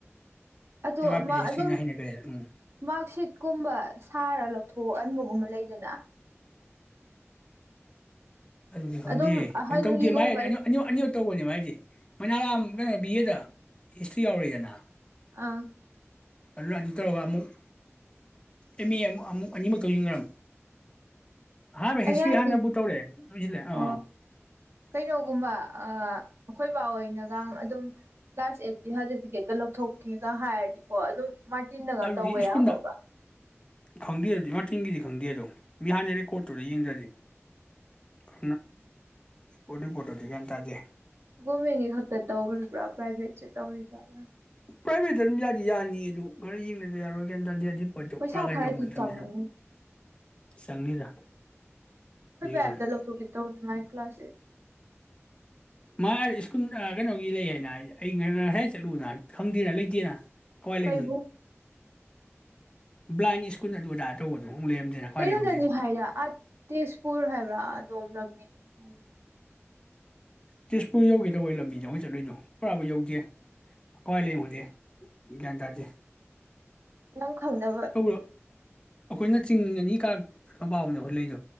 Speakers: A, on the right (about 60°); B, on the left (about 20°).
A: ꯑ
B: ꯖꯤꯑꯣꯒ꯭ꯔꯥꯐꯤꯁꯦ
A: ꯑꯃ
B: ꯍꯤꯁꯇ꯭ꯔꯤꯅ
A: ꯑꯗꯨꯝ
B: ꯍꯩꯅꯈ꯭ꯔꯦ ꯎꯝ
A: ꯃꯥꯔꯛꯁꯤꯠꯀꯨꯝꯕ ꯁꯥꯔ ꯂꯧꯊꯣꯛ ꯍ ꯑꯟꯕꯒꯨꯝꯕ ꯂꯩꯗꯅ
B: ꯗꯤ ꯈꯪꯗꯦ
A: ꯑꯗꯨꯝ ꯑꯍꯟꯒꯤꯒꯨꯝꯕꯩ
B: ꯇꯧꯗꯦꯗꯤ ꯑ ꯑꯅꯤ ꯇꯧꯕꯅꯦ ꯃꯥꯏꯗꯤ ꯃꯅꯥ ꯀꯩꯅꯣ ꯕꯤ ꯑꯦꯗ ꯍꯤꯁꯇ꯭ꯔꯤ ꯌꯥꯎꯔꯤꯔꯤꯗꯅ
A: ꯑꯥ
B: ꯑꯗꯨꯅ ꯑꯗꯨ ꯇꯧꯔꯒ ꯑꯃꯨꯛ ꯑꯦꯝ ꯑꯦ ꯑꯃ ꯑꯃꯨꯛ ꯑꯅꯤꯃꯨꯛ ꯇꯧꯁꯤꯟꯈ꯭ꯔꯝ ꯑꯍꯥꯟꯕ
A: ꯑꯩ
B: ꯍꯤꯁꯇ꯭ꯔꯤ
A: ꯌꯥꯗꯤ
B: ꯍꯥꯟꯅꯕꯨ ꯇꯧꯔꯦ ꯂꯣꯏꯁꯤꯜꯂꯦ ꯑꯥ
A: ꯑꯣ ꯀꯩꯅꯣꯒꯨꯝꯕ ꯑ ꯑꯩꯈꯣꯏ ꯕꯥ ꯍꯅꯒ ꯑꯗꯨꯝ ꯀ꯭ꯂꯥꯁ ꯑꯩꯠꯀꯤ ꯁꯥꯔꯇꯤꯐꯤꯀꯦꯠꯀ ꯂꯧꯊꯣꯛꯀꯦꯒ ꯍꯥꯏꯔꯗꯤꯀꯣ ꯑꯗꯨꯝ ꯃꯥꯔꯇꯤꯟꯗꯒ
B: ꯑꯗꯨꯗꯤ
A: ꯇꯧꯕꯦ
B: ꯁ꯭ꯀꯨꯜꯗ
A: ꯌꯥꯕꯕꯥ
B: ꯈꯪꯗꯦ ꯑꯗꯨꯗꯤ ꯃꯇꯒꯤꯗꯤ ꯈꯪꯗꯦ ꯑꯗꯣ ꯃꯤ ꯍꯥꯟꯅꯩ ꯔꯦꯀꯣꯔꯠꯇꯨꯗ ꯌꯦꯡꯗ꯭ꯔꯗꯤ ꯈ ꯔꯤꯄꯣ ꯔꯤꯄꯣꯔꯠꯣꯗꯤ ꯀꯟ ꯇꯥꯖꯦ
A: ꯒꯣꯔꯃꯦꯟꯒꯤ ꯈꯛꯇ ꯇꯧꯔꯤꯕ꯭ꯔꯥ ꯄ꯭ꯔꯥꯏꯚꯦꯠꯁꯦ ꯇꯧꯔꯤꯖꯠꯂ
B: ꯄ꯭ꯔꯥꯏꯚꯦꯠꯇ ꯑꯗꯨꯝ ꯌꯥꯗꯤ ꯌꯥꯅꯤ ꯑꯗꯨ ꯈꯔ ꯌꯦꯡꯅꯗꯤ ꯌꯥꯔꯣꯏ ꯀ ꯍꯥꯏ ꯇꯔꯗꯤ ꯑꯗꯨꯝ ꯀꯣꯏ
A: ꯄꯩꯁꯥ
B: ꯄꯨꯔꯥ ꯀꯩꯅꯣ
A: ꯈꯔꯗꯤ
B: ꯇꯧꯕ ꯅꯠꯇꯅꯤꯅ
A: ꯆꯪꯉꯅꯤ
B: ꯆꯪꯅꯤꯗ
A: ꯑꯩꯈꯣꯏ
B: ꯑꯗꯨꯏ
A: ꯃꯌꯥꯝꯝꯇ
B: ꯋꯥꯅꯤ
A: ꯂꯧꯊꯣꯛꯈꯤ ꯇꯧꯅꯤ ꯃꯒꯤ ꯀ꯭ꯂꯥꯁꯦ
B: ꯃꯥ ꯁ꯭ꯀꯨꯜ ꯀꯩꯅꯣꯒꯤ ꯂꯩ ꯍꯥꯏꯅ ꯑꯩ ꯉꯁꯥꯏ ꯆꯠꯂꯨꯅ ꯈꯪꯗꯦꯅ ꯂꯩꯇꯦꯅ ꯀꯣꯏꯂꯦ
A: ꯀꯩꯕꯨ
B: ꯕ꯭ꯂꯥꯏꯟ ꯁ꯭ꯀꯨꯜ ꯑꯗꯨ ꯑꯗꯥ ꯇꯧꯕꯗꯣ ꯑꯃꯨꯛ ꯂꯩꯔꯝꯗꯦꯅ ꯀꯋꯥꯏ
A: ꯀꯩꯅꯣꯗꯅꯤ
B: ꯂꯩ ꯈꯪꯗꯦ
A: ꯍꯥꯏꯌꯦ ꯑꯥ ꯇꯦꯖꯄꯨꯔ ꯍꯥꯏꯕ꯭ꯔꯥ ꯑꯗꯣꯝ ꯂꯝꯕꯤ ꯅꯤ ꯍꯥꯏꯕꯒ
B: ꯇꯁꯄꯨꯔ ꯌꯧꯒꯦꯗꯧꯕꯩ ꯂꯝꯕꯤꯗꯣ ꯑꯩꯈꯣꯏ ꯆꯠꯂꯨꯏꯗꯣ ꯄꯨꯔꯥꯕꯨ ꯌꯧꯗꯦ ꯀꯋꯥꯏ ꯂꯍꯨꯗꯦ ꯒ꯭ꯌꯥꯟ ꯇꯥꯗꯦ
A: ꯅꯪ ꯈꯪꯗ
B: ꯇꯧꯕ ꯑꯩꯈꯣꯏꯅ ꯆꯤꯡ ꯑꯅꯤ ꯀꯥ ꯄꯥꯕꯅꯦ ꯑꯩꯈꯣꯏ ꯂꯩꯗꯣ